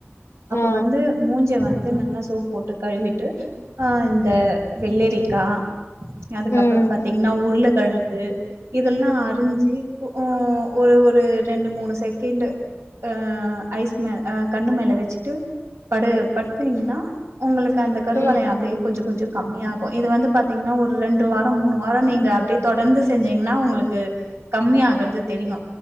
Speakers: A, on the right; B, on the left.
A: அப்ப
B: ஆ.
A: வந்து மூஞ்ச வந்து நல்லா சோப் போட்டு கழுவிட்டு அ இந்த வெள்ளரிக்கா அதுக்கப்புற
B: ம்.
A: பாத் திங்னா உருளகழங்கு இதல்லா அறிஞ்சு ஒ ஒரு ஒரு ரெண்டு மூணு செட் கிண்டு அ ஐஸ் மே அ கண்ணு மேல வெச்சுட்டு படு படுத்தீங்னா உங்களுக்கு அந்த கருவளய
B: ம்.
A: அப்டே கொஞ்ச கொஞ்சோ கம்மியாகு இது வந்து பாத்தீங்னா ஒரு ரெண்டு வார மூணு வார நீங்க அப்டே தொடர்ந்து செஞ்சீங்னா உங்களுக்கு கம்மி ஆகற்து தெரியு